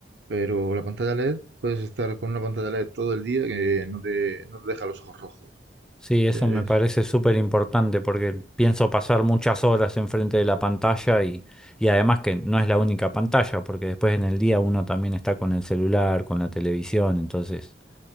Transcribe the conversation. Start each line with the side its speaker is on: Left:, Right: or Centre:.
Right: Pero la pantalla LED, puedes estar con una pantalla LED todo el día que no te, no te deja los ojos rojos.
Centre: Sí, eso
Right: Es-
Centre: me parece súper importante porque pienso pasar muchas horas enfrente de la pantalla y, y además que no es la única pantalla, porque después en el día uno también está con el celular, con la televisión, entonces